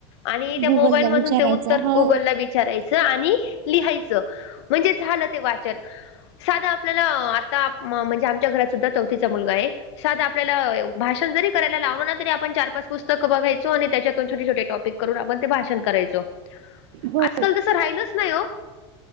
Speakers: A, on the left (about 80°); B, on the right (about 55°).
A: आणि त्या
B: गुगलला
A: मोबाईल मधून
B: विचारायचं
A: ते उत्तर
B: हो
A: गुगल ला विचारायच. आणि लिहायचं म्हणजे झालं ते वाचन. साधा आपल्याला आता म्हणजे आमच्या घरात सुद्धा चौथीचा मुलगा आहे साधा.. आपल्याला भाषण जरी करायला लावण ना तरी आपण चार पाच पुस्तक बघायचो आणि त्याच्यातून छोटे छोटे टॉपिक. करून आपण ते भाषण करायचो
B: हो
A: आजकाल तस राहिलच नाही हो.